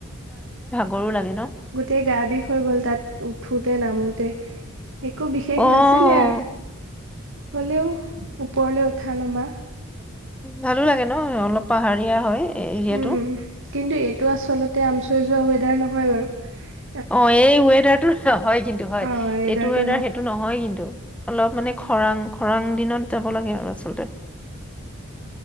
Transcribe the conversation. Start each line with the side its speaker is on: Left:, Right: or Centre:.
Centre: গৰু লাগে ন?
Right: গোটেই গা বিষ হৈ গ'ল তাত উঠোতে নামোতে। একো বিশেষ
Centre: অ
Right: নাছিলে আৰু হ'লেও ওপৰলৈ উঠা নমা।
Centre: ভালো লাগে ন অলপ পাহাৰীয়া হয়। এৰিয়াটো
Right: উম কিন্তু এইটো আচলতে আমি চইজ বা ৱেডাৰ নহয় বাৰু <unintelligible>
Centre: অ এই ৱেডাৰটো হয় কিন্তু হয়,
Right: অঁ ৱেডাৰটো
Centre: এইটো ৱেডাৰ সেইটো নহয় কিন্তু। অলপ মানে খৰাং খৰাং দিনত যাব লাগে আৰু আচলতে।